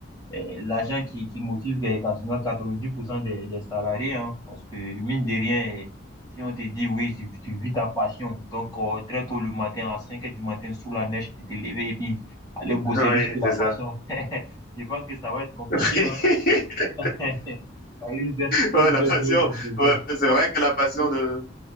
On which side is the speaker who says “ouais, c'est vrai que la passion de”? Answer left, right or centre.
Left